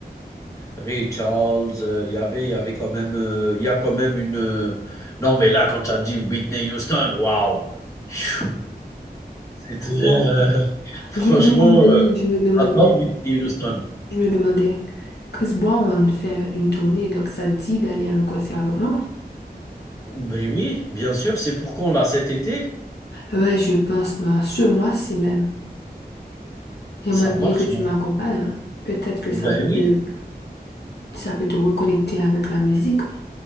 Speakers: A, on the left; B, on the left.
A: Ray Charles, euh, il y avait, il y avait quand même, euh, il y a quand même une. euh, Non, mais là, quand tu as dit Whitney Houston, waouh! Phew, C'était.
B: Euh,
A: euh, <laughs> Franchement,
B: je me demandais,
A: euh,
B: je me demandais,
A: j'adore Whitney Houston.
B: je me demandais, Chris Brown fait une tournée, donc ça te dit d'aller à un concert avec moi.
A: Ben oui, bien sûr, c'est pour quand là, cet été?
B: Ouais, je pense, mais ce mois-ci même. J'aimerais
A: Ça
B: bien
A: marche,
B: que tu
A: moi,
B: m'accompagnes,
A: ça-
B: hein. Peut-être que ça
A: Ben
B: peut
A: oui,
B: te, ça peut te reconnecter avec la musique.